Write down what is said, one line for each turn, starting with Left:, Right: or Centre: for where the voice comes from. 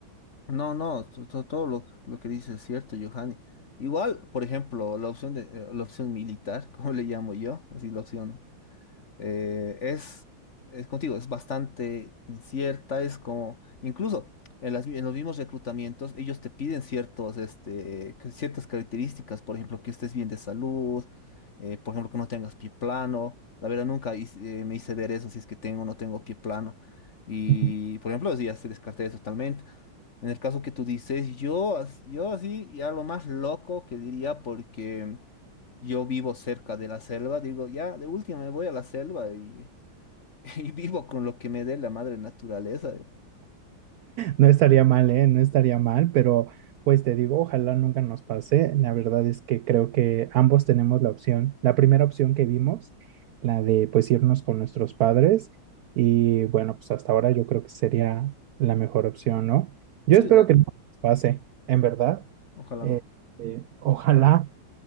Left: No, no, to- to- todo lo, lo que dices es cierto, Johanny. Igual, por ejemplo, la opción de eh, la opción militar, <laughs> como le llamo yo, así la opción eh, es, es contigo, es bastante incierta, es como, incluso en, las mi- en los mismos reclutamientos, ellos te piden ciertos, este, que- ciertas características, por ejemplo, que estés bien de salud, eh, por ejemplo, que no tengas pie plano. La verdad, nunca hice- eh, me hice ver eso, si es que tengo o no tengo pie plano. Y,
Right: <laughs>
Left: por ejemplo, así ya se descarté totalmente. En el caso que tú dices, yo, as- yo así, ya lo más loco que diría, porque yo vivo cerca de la selva, digo, ya, de última me voy a la selva y, <laughs> y vivo con lo que me dé la madre naturaleza.
Right: No estaría mal, ¿eh? No estaría mal, pero pues te digo, ojalá nunca nos pase. La verdad es que creo que ambos tenemos la opción, la primera opción que vimos, la de pues irnos con nuestros padres y bueno, pues hasta ahora yo creo que sería la mejor opción, ¿no? Yo
Left: Sí,
Right: espero
Left: la,
Right: que no nos pase, en verdad.
Left: ojalá
Right: Eh,
Left: no.
Right: eh, ojalá